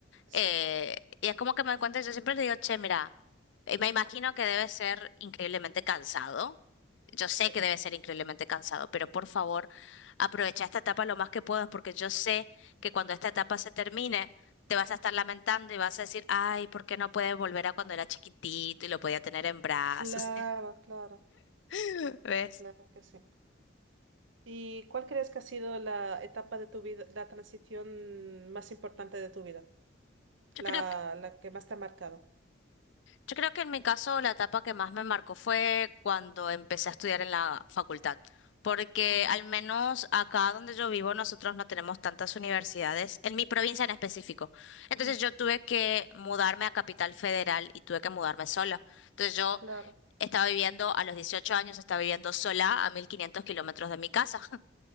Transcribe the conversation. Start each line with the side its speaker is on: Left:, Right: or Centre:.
Right: Sí,
Left: Eh, y es como que me cuenta, yo siempre le digo, che, mira, eh, me imagino que debe ser increíblemente cansado. Yo
Right: sí.
Left: sé que debe ser increíblemente cansado, pero por favor, aprovecha esta etapa lo más que puedas, porque yo sé que cuando esta etapa se termine, te vas a estar lamentando y vas a decir, ay, ¿por qué no puedes volver a cuando era chiquitito y lo podía tener en brazos?
Right: Claro, claro,
Left: <laughs> ¿Ves?
Right: claro que sí. ¿Y cuál crees que ha sido la etapa de tu vida, la transición más importante de tu vida?
Left: Yo
Right: La,
Left: creo
Right: la que más te ha marcado.
Left: Yo creo que en mi caso la etapa que más me marcó fue cuando empecé a estudiar en la facultad, porque
Right: Ajá,
Left: al menos acá donde yo vivo nosotros no tenemos tantas universidades, en mi provincia en específico. Entonces
Right: ujú,
Left: yo tuve que mudarme a Capital Federal y tuve que mudarme sola. Entonces yo
Right: Claro,
Left: estaba viviendo a los 18 años, estaba viviendo sola a 1500 kilómetros de mi casa. <laughs>